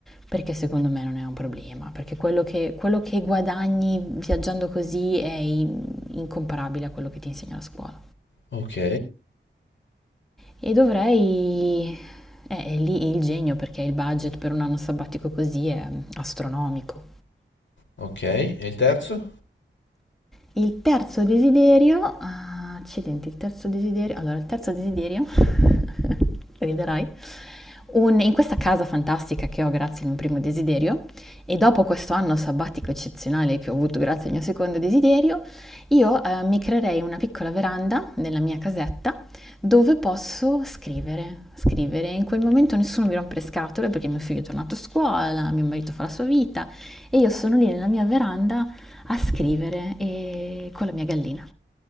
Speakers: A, in the centre; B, on the left.
A: perché secondo me non è un problema, perché quello che, quello che guadagni viaggiando così è in- incomparabile a quello che ti insegna la scuola.
B: Ok.
A: E dovrei... Eh, è lì il genio, perché il budget per un anno sabbatico così è astronomico.
B: Ok, e il terzo?
A: Il terzo desiderio, ah, accidenti, il terzo desiderio, allora il terzo desiderio, <laughs> riderai, un- in questa casa fantastica che ho grazie al mio primo desiderio e dopo questo anno sabbatico eccezionale che ho avuto grazie al mio secondo desiderio, io eh, mi creerei una piccola veranda nella mia casetta dove posso scrivere, scrivere. In quel momento nessuno mi rompe le scatole perché mio figlio è tornato a scuola, mio marito fa la sua vita e io sono lì nella mia veranda a scrivere e con la mia gallina.